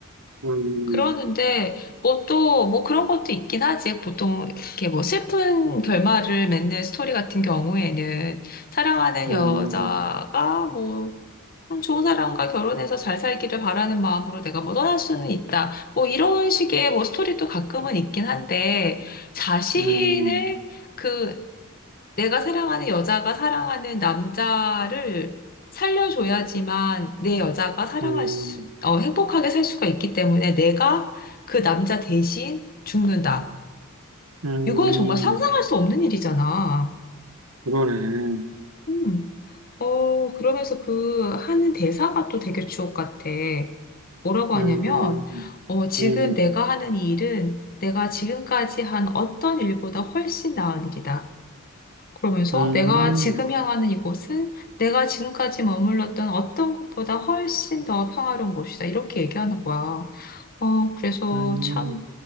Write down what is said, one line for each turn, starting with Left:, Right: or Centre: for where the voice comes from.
Right: 음,
Left: 그러는데, 뭐 또, 뭐 그런 것도 있긴 하지. 보통 이렇게 뭐 슬픈 결말을 맺는 스토리 같은 경우에는 사랑하는
Right: 음,
Left: 여자가 뭐 음, 좋은 사람과 결혼해서 잘 살기를 바라는 마음으로 내가 뭐 떠날 수는 있다. 뭐 이런 식의 뭐 스토리도 가끔은 있긴 한데 자신을
Right: 음,
Left: 그 내가 사랑하는 여자가 사랑하는 남자를 살려줘야지만 내 여자가 사랑할
Right: 음,
Left: 수, 어, 행복하게 살 수가 있기 때문에 내가 그 남자 대신 죽는다.
Right: 음,
Left: 이건 정말 상상할 수 없는 일이잖아.
Right: 그러네.
Left: 음. 어, 그러면서 그 하는 대사가 또 되게 주옥 같아. 뭐라고 하냐면,
Right: 음,
Left: 어, 지금
Right: 음,
Left: 내가 하는 이 일은 내가 지금까지 한 어떤 일보다 훨씬 나은 일이다. 그러면서
Right: 음,
Left: 내가 지금 향하는 이곳은 내가 지금까지 머물렀던 어떤 곳보다 훨씬 더 평화로운 곳이다. 이렇게 얘기하는 거야. 어, 그래서
Right: 음,
Left: 참,